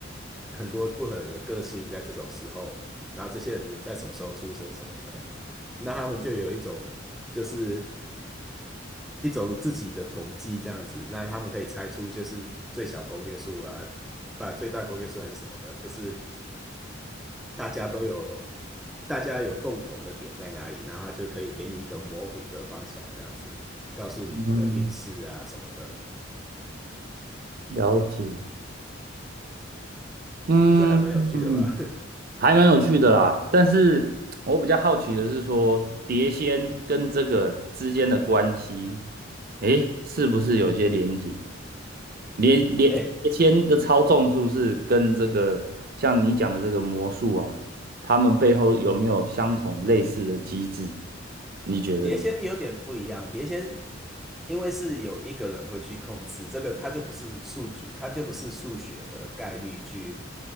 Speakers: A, in the centre; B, on the right (about 50°).
A: 很多不同的个性在这种时候，然后这些人的在什么时候出生什么的，那他们就有一种就是一种自己的统计这样子，那他们可以猜出就是最小公约数啊，把最大公约数还是什么的，就是大家都有大家有共同的点在哪里，然后他就可以给你一个模糊的方向这样子，告诉你你的运势啊什么的，
B: 嗯，了解，嗯嗯，
A: 这还蛮有趣的吧？<laughs>
B: 还蛮有趣的啦。但是我比较好奇的是说，碟仙跟这个之间的关系，诶，是不是有些连接？连连连签的操纵是不是跟这个像你讲的这个魔术啊，
A: 哎，
B: 他们背后有没有相同类似的机制？你觉得嘞？
A: 碟仙有点不一样，碟仙因为是有一个人会去控制这个，他就不是数据，他就不是数学的概率去